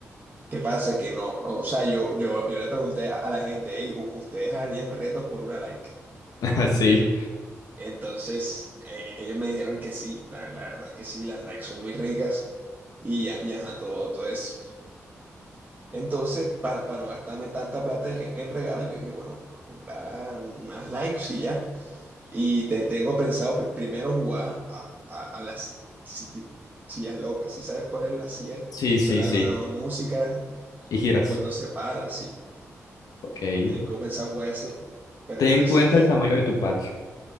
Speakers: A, on the right (about 30°); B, on the left (about 75°).
A: ¿Qué pasa? Que no, no, o sea, yo, yo, yo le pregunté a, a la gente, hey ¿u- ¿ustedes harían retos por una like?
B: <laughs> Sí,
A: Entonces, eh, ellos me dijeron que sí, la, la verdad es que sí, las likes son muy ricas y ya, ya, ajá, todo, todo eso. Entonces, para no gastarme tanta plata e- en, regalos, yo dije, bueno, vamos a comprar unas likes y ya. Y te, tengo pensado pri- primero jugar a, a- a las si- sillas locas. ¿Sí sabes cuál es la silla
B: sí,
A: que
B: sí,
A: suena
B: sí.
A: la nueva música
B: Y
A: y
B: giras.
A: cuando se para? Sí,
B: Ok. Ten
A: tengo pensado jugar ese, pero
B: en
A: yo voy a decir,
B: cuenta el tamaño de tu patio.